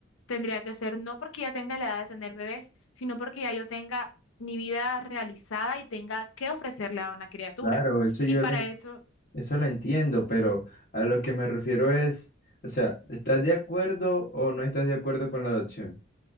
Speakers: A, on the left (about 80°); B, on the left (about 55°).
A: tendría que ser no porque ya tenga la edad de tener bebés, sino porque ya yo tenga mi vida realizada y tenga que ofrecerle a una criatura.
B: Claro, eso yo
A: Y para
B: lo
A: eso
B: Eso lo entiendo, pero a lo que me refiero es, o sea, ¿estás de acuerdo o no estás de acuerdo con la adopción?